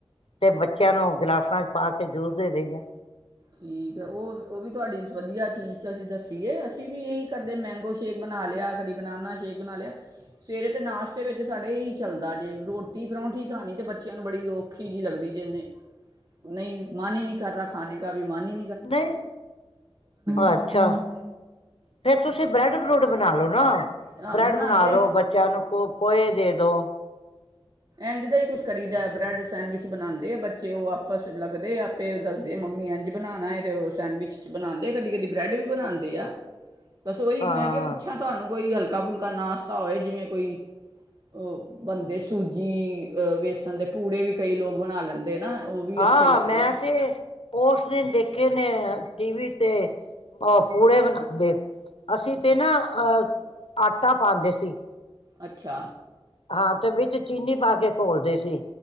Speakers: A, on the left; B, on the right.
A: ਤੇ ਬੱਚਿਆਂ ਨੂੰ ਗਿਲਾਸਾਂ ਚ ਪਾ ਕੇ ਜੂਸ ਦੇ ਦੇਗਾ
B: ਠੀਕ ਹੈ। ਉਹ ਉਹ ਵੀ ਤੁਹਾਡੀ ਵਧੀਆ ਚੀਜ਼ ਤਾਂ ਅਸੀਂ ਦੱਸੀਏ ਅਸੀਂ ਵੀ ਇਹੀ ਕਰਦੇ ਮੈਂਗੋ ਸ਼ੇਕ ਬਣਾ ਲਿਆ ਕਦੀ ਬਨਾਨਾ ਸ਼ੇਕ ਬਣਾ ਲਿਆ ਸਵੇਰੇ ਤਾਂ ਨਾਸ਼ਤੇ ਵਿੱਚ ਸਾਡੇ ਇਹੀ ਚੱਲਦਾ ਜੇ ਰੋਟੀ ਪਰੌਂਠੀ ਖਾਣੀ ਤਾਂ ਬੱਚਿਆਂ ਨੂੰ ਬੜੀ ਔਖੀ ਜਿਹੀ ਲੱਗਦੀ ਜੇਨੇ ਨਹੀਂ ਮਨ ਹੀ ਨਹੀਂ ਕਰ ਰਿਹਾ ਖਾਣੇ ਕਬੀ ਮਨ ਵੀ
A: ਨਹੀਂ
B: ਹੂੰ
A: ਅੱਛਾ ਫਿਰ ਤੁਸੀਂ ਬਰੈਡ ਬਰੂਡ ਬਣਾ ਲੋ ਨਾ
B: ਅ,
A: ਬਰੈਡ
B: ਬਣਾਉਂਦੇ
A: ਬਣਾ ਦੋ ਬੱਚਿਆਂ ਨੂੰ ਕੋ ਖੋਏ ਦੇ ਦੋ
B: ਇੰਝ ਦਾ ਹੀ ਕੁਛ ਕਰੀਦਾ ਬਰੈਡ ਸੈਂਡਵਿਚ ਬਣਾਉਂਦੇ ਆ ਬੱਚੇ ਉਹ ਆਪਸ ਲੱਗਦੇ ਆਪੇ ਦੱਸਦੇ ਮੰਮੀ ਇੰਝ ਬਣਾਉਣਾ ਹੈ ਤੇ ਸੈਂਡਵਿਚ ' ਬਣਾਉਂਦੇ ਕਦੀ ਕਦੀ ਬਰੈਡ ਵੀ ਬਣਾਉਂਦੇ ਆ ਬਸ ਉਹੀ
A: ਹਾਂ
B: ਮੈਂ ਕਿਹਾ ਪੁੱਛਾਂ ਤੁਹਾਨੂੰ ਕੋਈ ਹਲਕਾ ਹਲਕਾ ਫੁਲਕਾ ਨਾਸ਼ਤਾ ਹੋਏ ਜਿਵੇਂ ਕੋਈ ਉਹ ਬੰਦੇ ਸੂਜੀ ਅ ਵੇਸਣ ਦੇ ਪੂੜੇ ਵੀ ਕਈ ਲੋਕ ਬਣਾ ਲੈਂਦੇ ਨਾ ਉਹ ਵੀ
A: ਹਾਂ
B: ਅੱਛੇ ਲ-
A: ਮੈਂ
B: ਉਹ
A: ਤੇ ਉਸ ਦਿਨ ਦੇਖ ਦੇਖੇ ਨੇ ਟੀਵੀ ਤੇ ਅਹ ਪੂੜੇ ਬਣਾਉਂਦੇ ਅਸੀਂ ਤੇ ਨਾ ਅਹ ਆਟਾ ਪਾਉਂਦੇ ਸੀ
B: ਅੱਛਾ
A: ਹਾਂ ਤੇ ਵਿੱਚ ਚੀਨੀ ਪਾ ਕੇ ਘੋਲਦੇ ਸੀ